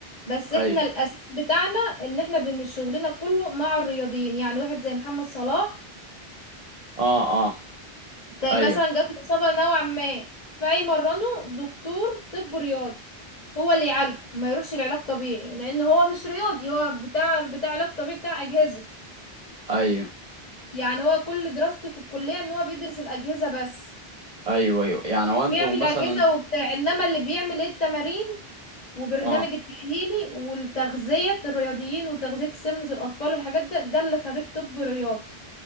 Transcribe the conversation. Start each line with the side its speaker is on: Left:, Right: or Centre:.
Left: بس احنا
Right: ايوه
Left: الأساس بتاعنا ان احنا بن شغلنا كله مع الرياضيين يعني واحد زي محمد صلاح
Right: اه اه
Left: ده
Right: ايوه
Left: مثلا جات له إصابة نوعا ما فيمرنه دكتور طب رياضي هو اللي يعالجه ما يروحش لعلاج طبيعي لأن هو مش رياضي هو بتاع بتاع علاج طبيعي بتاع أجهزة
Right: ايوه
Left: يعني هو كل دراسته في الكلية إن هو بيدرس الأجهزة بس
Right: ايوه ايوه يعني هو انتوا
Left: بيعمل
Right: مثلا
Left: أجهزة وبتاع إنما اللي بيعمل إيه التمارين وبرنامج
Right: اه
Left: التأهيلي والتغذية الرياضيين وتغذية سمنة الأطفال والحاجات ده ده اللي خريج طب رياضي